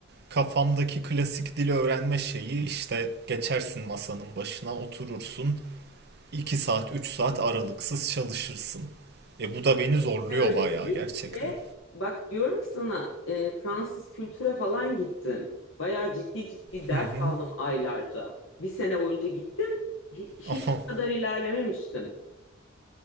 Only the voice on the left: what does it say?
öyle
değil
ve bak diyorum ki sana e, Fransız kültüre falan gittim. Bayağı ciddi ciddi ders
aldım aylarca. Bir sene boyunca gittim. Hi- Hiç
bu kadar ilerlememiştim.